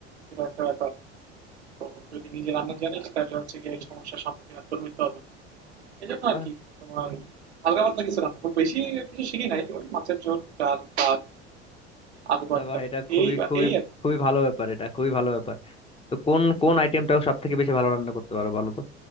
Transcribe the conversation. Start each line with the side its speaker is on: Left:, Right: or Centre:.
Right: সেটা একটা ব্যাপার এবং যদি নিজে রান্না জানিস তাহলে হচ্ছে গিয়ে এই সমস্যার সম্মুখীন আর তোর হইতে হবে না এই জন্য
Left: বাহ
Right: আর কি তোমার হালকা পাতলা কিছু রান্না খুব বেশি কিছু শিখি নাই ওই মাছের ঝোল ডাল ভাত আলু ভর্তা
Left: বাহ এটা খুবই
Right: এই
Left: খুবই
Right: এই আর কি।
Left: খুবই ভালো ব্যাপার এটা খুবই ভালো ব্যাপার তো কোন কোন আইটেমটা সব থেকে বেশি ভালো রান্না করতে পারো বলো তো